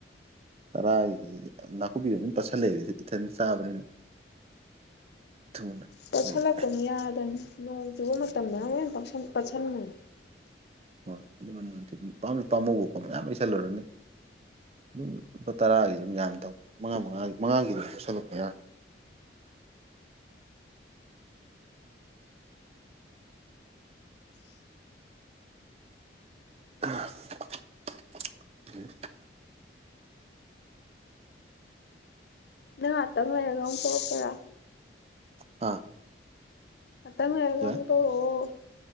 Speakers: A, on the right (about 35°); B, on the left (about 60°).
A: ꯇꯔꯥꯒꯤꯗꯨꯗꯤ ꯌꯥꯝ ꯅꯥꯀꯨꯞꯄꯤꯒꯗꯤ ꯗꯨꯝ ꯄꯠꯁꯜꯂꯛꯑꯦ ꯏꯊꯟ ꯆꯥꯕꯅꯤꯅ ꯊꯨꯅ
B: ꯄꯠꯁꯜꯂꯛꯄꯅꯤ
A: ꯑꯗꯒꯤ
B: ꯌꯥꯗꯃꯤ ꯅꯣꯡ ꯆꯨꯕ ꯃꯇꯝꯗꯅ ꯑꯃꯨꯛꯍꯦꯟ ꯄꯠꯁꯜ ꯄꯠꯁꯟꯕꯅꯤ
A: ꯍꯣꯏ ꯑꯗꯨ ꯃꯅꯝ ꯅꯝꯊꯤ ꯄꯥꯝꯖꯨ ꯄꯥꯝꯃꯨꯕꯀꯣ ꯃꯌꯥꯝ ꯂꯩꯁꯜꯂꯨꯔꯅꯤ ꯑꯗꯨꯝ ꯂꯨꯄꯥ ꯇꯔꯥꯒꯤꯗꯨꯝ ꯃꯌꯥꯝ ꯇꯧ ꯃꯉꯥ ꯃꯉꯥꯒꯤ ꯃꯉꯥꯒꯤ ꯑꯗꯨ ꯄꯠꯁꯜꯂꯛꯄ ꯌꯥꯏ <inaudible> <unintelligible>
B: ꯅꯪ ꯉꯥꯛꯇꯪ ꯂꯩꯔꯒ ꯑꯃꯨꯛ ꯇꯧꯔꯛꯀꯦꯔ
A: ꯑꯥ
B: ꯉꯥꯛꯇꯪ ꯂꯩꯔꯒ
A: ꯌꯥꯏ
B: ꯑꯃꯨꯛ ꯇꯧꯔꯛꯑꯣ